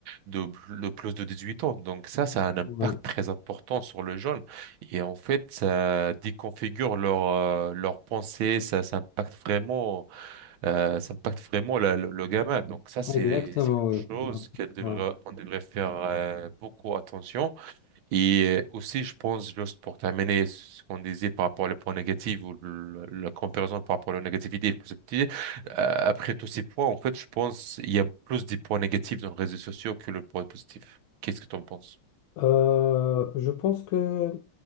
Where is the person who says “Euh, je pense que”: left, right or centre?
Left